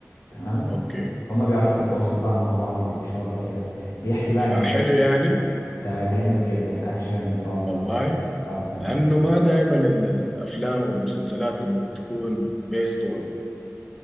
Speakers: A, on the left; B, in the centre.
A: تمام
B: اوكي
A: هما بيعرفوا يتواصلوا بقى مع بعض بالإشارة وكده بيحكي بقى
B: فحلو
A: ان الناس
B: يعني
A: ده جامد جدا اكشن دراما
B: والله
A: اه فن
B: لأنه ما دائما ال- الأفلام أو المسلسلات اللي بتكون بيزد اون